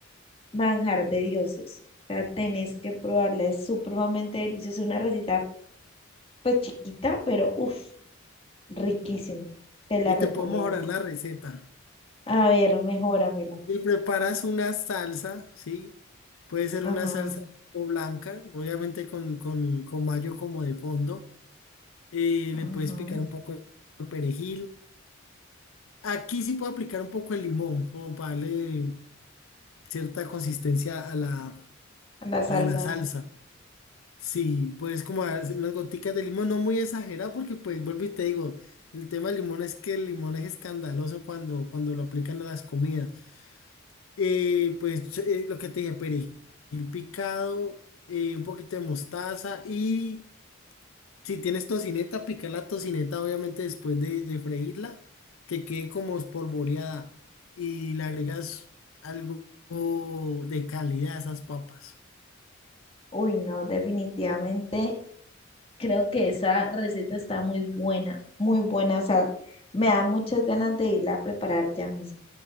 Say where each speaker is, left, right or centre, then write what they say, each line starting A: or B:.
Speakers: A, on the left; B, on the left.
A: manjar de dioses. O sea, tenés que probarla, es supremamente deliciosa, una receta pues chiquita, pero uff, riquísimo. Te la
B: Y
A: recomiendo.
B: te puedo mejorar la receta.
A: A ver, mejóramela.
B: Y preparas una salsa, ¿sí? Puede ser
A: Ajá,
B: una salsa tipo blanca, obviamente con, con, con mayo como de fondo. Eh,
A: ajá.
B: le puedes picar un poco de perejil. Aquí sí puedo aplicar un poco de limón, como para darle cierta consistencia a la,
A: La salsa.
B: a la salsa. Sí, puedes como hacer unas goticas de limón, no muy exagerado, porque pues vuelvo y te digo, el tema del limón es que el limón es escandaloso cuando, cuando lo aplican a las comidas. Eh, pues eh, lo que te dije, perejil picado, eh, un poquito de mostaza y si tienes tocineta, pica la tocineta obviamente después de, de freírla, que quede como espolvoreada y le agregas algo de calidad a esas papas.
A: Uy, no, definitivamente Creo que esa receta está muy buena, muy buena. O sea, me da muchas ganas de irla a preparar ya mismo.